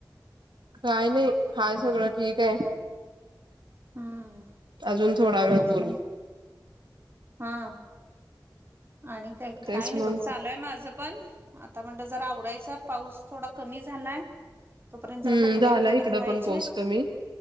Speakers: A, on the right; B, on the right.
A: काय नाही हाय, सगळं ठीक आहे.
B: हम्म
A: अजून थोडा वेळ
B: माझं
A: बोलू.
B: पण हा. आणि काय गं
A: तेच
B: काय, नाही
A: मग
B: बघ चालूय माझं. पण आता म्हणत जरा आवरायचा पाऊस थोडा कमी झालाय. तोपर्यंत
A: हम्म
B: जरा कपडे
A: झाला
B: वगैरे
A: इकडं
B: धुवायचे
A: पण पाऊस
B: येत.
A: कमी